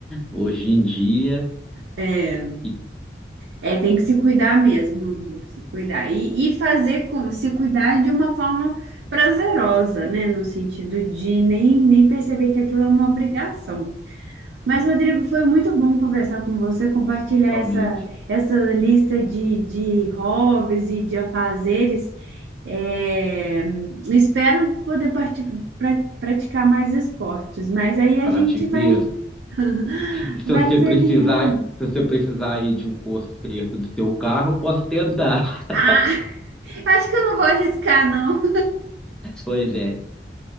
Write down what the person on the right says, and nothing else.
É.
É, tem que se cuidar mesmo, tem que se cuidar. E, e fazer com, se cuidar de uma forma prazerosa, né? No sentido de nem, nem perceber que aquilo é uma obrigação. Mas, Rodrigo, foi muito bom conversar com você, compartilhar
essa, essa lista de, de hobbies e de afazeres. É, espero poder parti- pra- praticar mais esportes, mas aí a
gente vai,
<laughs>
vai
se
alinhando.
Ah, <laughs> acho que eu não vou arriscar, não.